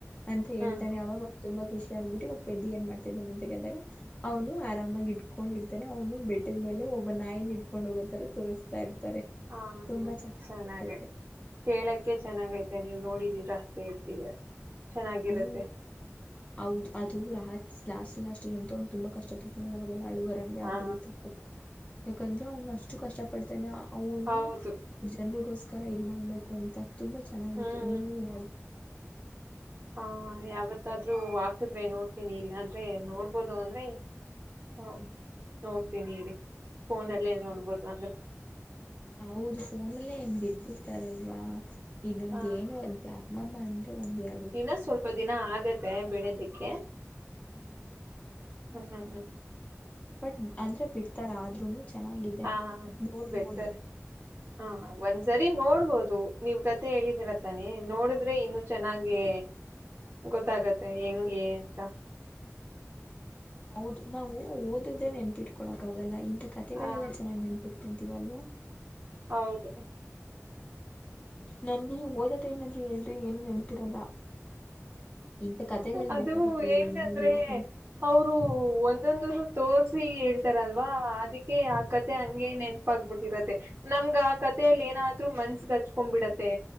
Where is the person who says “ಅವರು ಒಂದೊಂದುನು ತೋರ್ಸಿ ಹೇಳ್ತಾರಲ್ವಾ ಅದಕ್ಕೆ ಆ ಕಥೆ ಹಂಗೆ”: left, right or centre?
Right